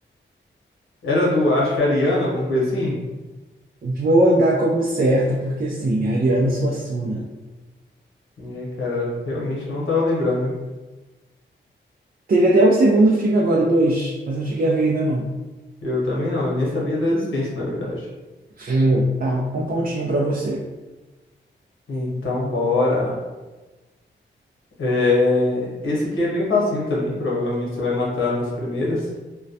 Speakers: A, on the left; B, on the right.
A: era do, acho que Ariana, alguma coisa assim.
B: Vou dar como certo, porque sim, Ariano Suassuna.
A: E, aí, cara, realmente não tava lembrando.
B: Teve até o segundo filme agora, o dois, mas não cheguei a ver ainda, não.
A: Eu também não, eu nem sabia da existência, na verdade.
B: Hum. Tá, um pontinho pra você.
A: Então, bora. É, esse aqui é bem facinho também, provavelmente você vai matar nas primeiras.